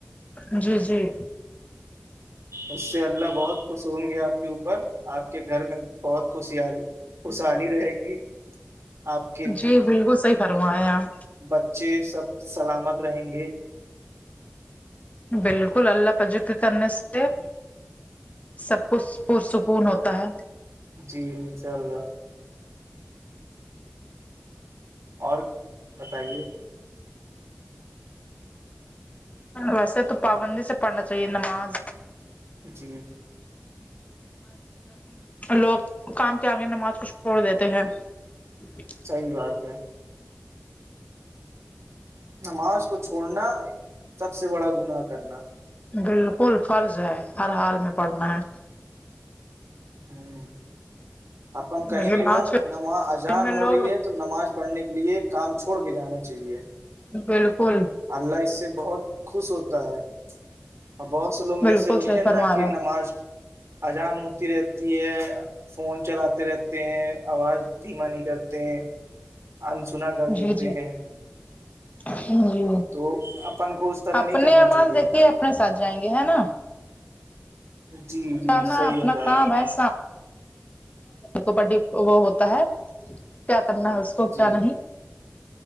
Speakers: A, on the left; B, on the right.
A: جی جی
B: اس سے اللہ بہت خوش ہوں گے آپ کے اوپر آپ کے گھر میں بہت خوشح خوشحالی رہے گی آپ کے
A: جی بالکل صحیح فرمایں آپ
B: بچے سب سلامت رہیں گے
A: بالکل اللہ کا ذکر کرنے سے سب کچھ پرسکون ہوتا ہے
B: جی انشاء اللہ اور بتائیے
A: ویسے تو پابندی سے پڑھنا چاہیے نماز
B: جی
A: لوگ کام کے آگے نماز کو چھوڑ دیتے ہیں اچھا
B: صحیح بات ہے نماز کو چھوڑنا سب سے بڑا گناہ کرنا
A: بالکل فرض ہے ہر حال میں پڑھنا ہے
B: ہوں ان کہیں
A: لیکن
B: بھی ہوں
A: آج کے
B: نماز اجان
A: ان میں لوگ
B: ہو رہی ہے تو نماز پڑھنے کے لیے کام چھوڑ کے جانا چاہیے
A: بالکل
B: اللہ اس سے بہت خوش ہوتا ہے اور بہت سے لوگ جیسے
A: بالکل
B: ہوتے
A: صحیح
B: ہیں نا
A: فرما
B: کہ
A: رہا ہے
B: نماز ازان ہوتی رہتی ہے فون چلاتے رہتے ہیں آواز دھیما نہیں کرتے ہیں انسنا کر
A: جی
B: دیتے ہیں
A: جی جی
B: تو اپن کو اس طرح
A: اپنے
B: نہیں کرنا
A: امان
B: چاہیے
A: دیکھیے اپنے سات جائیں گے ہے نا
B: جی جی
A: کرنا
B: صحیح
A: اپنا
B: بتایا
A: کام
B: آپ نے
A: ہےسا کو وہ ہوتا ہے کیا کرنا ہے اس کو
B: جی
A: کیا نہیں